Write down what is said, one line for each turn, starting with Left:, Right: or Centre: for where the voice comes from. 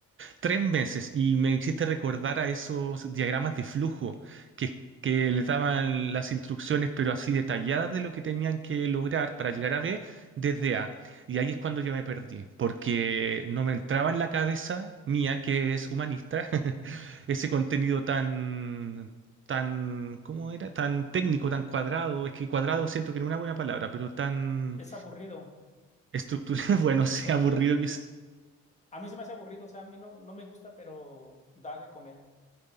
Right: Tres meses y me hiciste recordar a esos diagramas de flujo que, que le daban las instrucciones, pero así detalladas de lo que tenían que lograr para llegar a B desde A. Y ahí es cuando yo me perdí, porque no me entraba en la cabeza mía, que es humanista, <laughs> ese
Left: sí.
Right: contenido tan, tan, ¿cómo era? Tan técnico, tan cuadrado. Es que cuadrado siento que no es una buena palabra, pero tan
Left: Es aburrido,
Right: estructurado, <laughs> bueno, sea
Left: estructura.
Right: aburrido
Left: A mí se me hace aburrido, o sea, a mí no, no me gusta, pero da de comer.